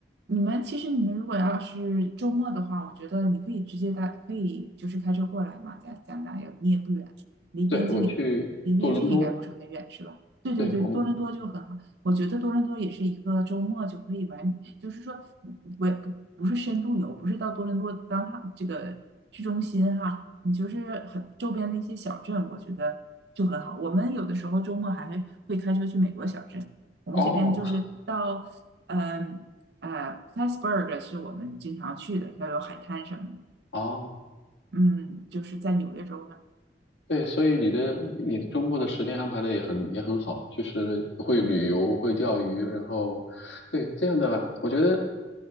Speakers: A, on the right; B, on the left.
A: 你们其实你们如果要是周末的话，我觉得你可以直接带，可以就是开车过来嘛，加加拿大也你也不远，离边境也离边境应该不是很远，
B: 对，我去多伦多，
A: 是吧？对对对，
B: 对我们，
A: 多伦多就很好，我觉得多伦多也是一个周末就可以玩，就是说嗯我也不不是深度游，不是到多伦多当它这个市中心哈，你就是很周边的一些小镇，我觉得就很好。我们有的时候周末还会开车去美国小镇。我们这边就是到，
B: 哦
A: 嗯、呃 p l a t t s b u r g 是我们经常去的，要有海滩什么的。
B: 哦，
A: 嗯，就是在纽约州那
B: 对，所以你的你的周末的时间安排的也很也很好，就是会旅游，会钓鱼，然后对这样的，我觉得